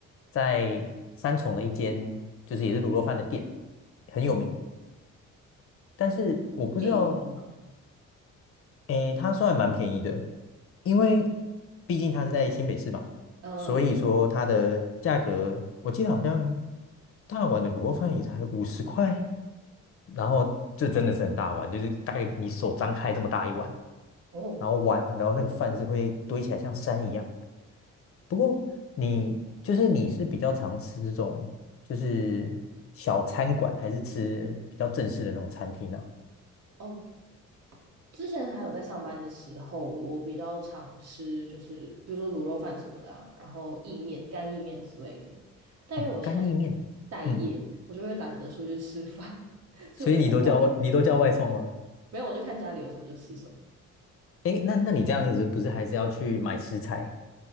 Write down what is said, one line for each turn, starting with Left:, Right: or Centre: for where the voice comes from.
Left: 在三重的一间就是也是卤肉饭的店，很有名。但是我不知道
Right: 便宜一点吗？
Left: 诶，它算蛮便宜的，因为毕竟它是在新北市嘛，
Right: 嗯，
Left: 所以说它的价格，我记得好像大碗的卤肉饭也才五十块，然后这真的是很大碗，就是大概你手张开这么大一碗，
Right: 哦
Left: 然后碗，然后那个饭是会堆起来像山一样。不过你就是你是比较常吃这种就是小餐馆，还是吃比较正式的那种餐厅呢？
Right: 哦，之前还有在上班的时候，我比较常吃，就是比如说卤肉饭什么的啊、然后意面、干意面之类的。但因为我现在
Left: 哦，干意面，
Right: 待业，
Left: 嗯，
Right: 我就会懒得出去吃饭，所以我就看家
Left: 所以你都叫外，你都叫外送吗？
Right: 没有，我就看家里有什么就吃什么。
Left: 哎，那那你这样子不是还是要去买食材